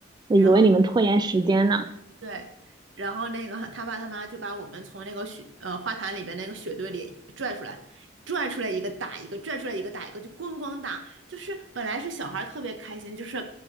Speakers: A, on the right; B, on the right.
A: 我以为你们拖延时间呢。
B: 然后对，然后那个他爸他妈就把我们从那个雪呃花坛里边那个雪堆里拽出来，拽出来一个打一个，拽出来一个打一个，就咣咣打。就是本来是小孩儿特别开心，就是